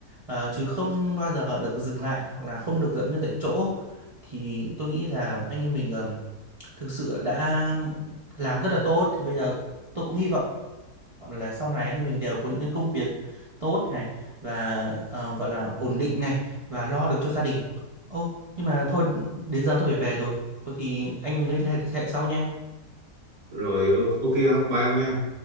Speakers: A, on the right; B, on the right.
A: Ờ, chứ không bao giờ được dừng lại hoặc là không được dậm chân tại chỗ thì tôi nghĩ là anh em mình ờ, thực sự đã làm rất là tốt thì bây giờ tôi cũng hy vọng là sau này anh em mình đều có những cái công việc tốt này và ờ, gọi là ổn định này và lo được cho gia đình ô nhưng mà thôi đến giờ tôi phải về rồi có gì anh em mình liên hệ hệ sau nha
B: rồi o- ok không bye ông nha